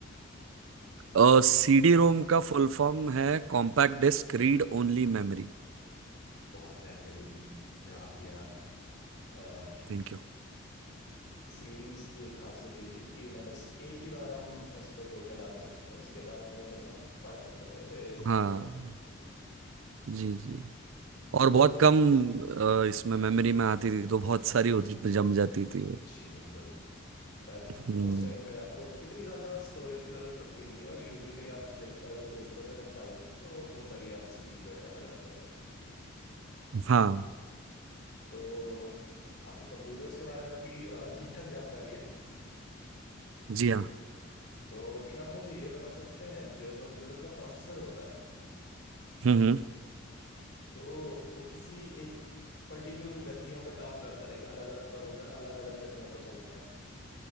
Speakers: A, on the right (about 70°); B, on the left (about 55°).
A: हाँ सीडी रोम का फुल फॉर्म है compact disc read only memory
B: बहुत बेहतरीन जवाब दिया आपने और
A: Thank you
B: सीडीज की एक खासियत ये थी कि इन्हें बस एक ही बार हम इस पर डेटा डाल सकते थे उसके बाद वो बस हम पढ़ सकते थे उसे इरेज नहीं
A: हाँ
B: कर सकते
A: जी जी और बहुत कम अ, इसमें मेमोरी में आती थी तो बहुत सारी हो जम जाती थी
B: जी बिल्कुल पर
A: हम्म
B: उस टाइम पे आपको इतनी ज्यादा स्टोरेज की जरूरत पड़ती नहीं थी और यूजुअली आप लाइक अगर कोई स्पेसिफिक फाइल्स हैं तो वो सारी आप सीडीज वगैरह पे डालते थे
A: हाँ
B: तो आपको कंप्यूटर्स के बारे में भी ठीक ठाक जानकारी है
A: जी हाँ
B: तो क्या आप मुझे ये बता सकते हैं जो कंप्यूटर का प्रोसेसर होता है
A: हम्म
B: तो वो किसी एक पर्टिकुलर गतियों पे काम करता है लाइक अलग अलग प्रोसेसर अलग अलग गतियों पे चलते हैं